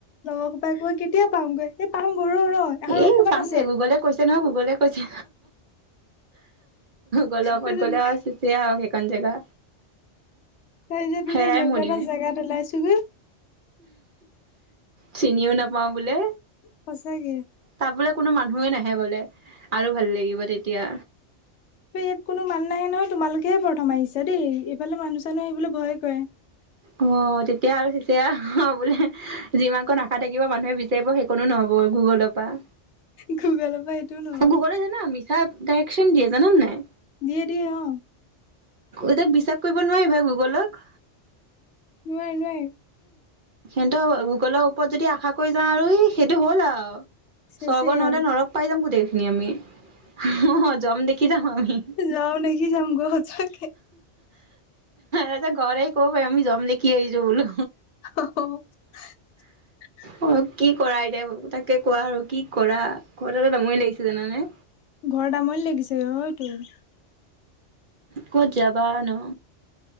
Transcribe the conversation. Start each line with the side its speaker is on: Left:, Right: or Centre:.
Left: লগৰ কোপাই কৈ কেতিয়া পামগৈ এই পাম গৈ ৰ' ৰ'। আৰু
Right: এই
Left: অকমান
Right: পামগে
Left: আছে
Right: গুগলে কৈছে নহ গুগলে কৈছে গ'লে ওপৰত
Left: তাৰপিছত
Right: গ'লে আৰু চিছে আহক সেইখন জেগা।
Left: তই যে তোলে
Right: হেৰাই
Left: এনেকুৱা
Right: মৰিম
Left: এটা জোগাত ওলাইছোগে।
Right: চিনিও নাপাওঁ বোলে।
Left: সঁচাকে
Right: তাত বোলে কোনো মানুহেই নাহে বোলে আৰু ভাল লাগিব তেতিয়া।
Left: ত ইয়াত কোনো মান নাহে নহয় তোমালোকেহে প্ৰথম আহিছা দেই এইফালে মানুহ চানুহ আহিবলৈ ভয়ে কৰে।
Right: অ, তেতিয়া আৰু সচ অ বোলে যিমান কণ আশা থাকিব মানুহে বিচাৰিব সেইকণো নহ'ব গুগলত অ,
Left: গুগলৰ পৰা এইটো ন
Right: গুগলে জানা মিছা ডাইৰেকচন দিয়ে জানান নাই?
Left: দিয়ে দিয়ে, অ,
Right: এইতক বিশ্বাস কৰিব নোৱাৰি এইবাৰ গুগলক।
Left: নোৱাৰি নোৱাৰি।
Right: সিহতৰ গুগলৰ ওপৰত যদি আশা কৰি যাওঁ আৰু সেইটো হ'ল আৰু
Left: চেচেই
Right: স্বৰ্গ নহ'লে
Left: আৰু
Right: নৰৱ পাই যাম গোটেইখিনি আমি উম জম দেখি যাম আমি
Left: যাওঁ দেখি যাম গৈ সঁচাকে।
Right: আচ্ছা ঘৰে ক'ব প আমি জম দেখ কি আহিছো বোলো
Left: অ' <unintelligible>
Right: অ', কি কৰা এতিয়া তাকে কোৱা আৰু কি কৰা ঘৰতে এটা ডাামৰি লাগিছে জানানে
Left: ঘৰ তামনি লাগিছে অ', তোৰ
Right: ক'ত যাবা নো